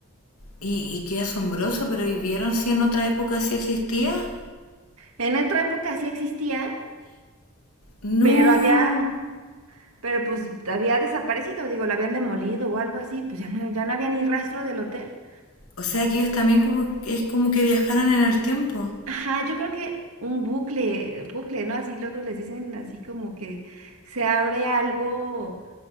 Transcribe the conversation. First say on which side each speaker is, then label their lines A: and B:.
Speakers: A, on the left; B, on the right.
A: Y, y qué asombroso, pero ¿y vieron si en otra época sí existía?
B: En otra época sí existía,
A: No.
B: pero había, pero pues había desaparecido, digo, lo habían demolido o algo así, pues ya no, ya no había ni rastro del hotel.
A: O sea que ellos también como, es como que viajaron en el tiempo.
B: Ajá, yo creo que un bucle, bucle, ¿no? Así luego les dicen así como que se abre algo.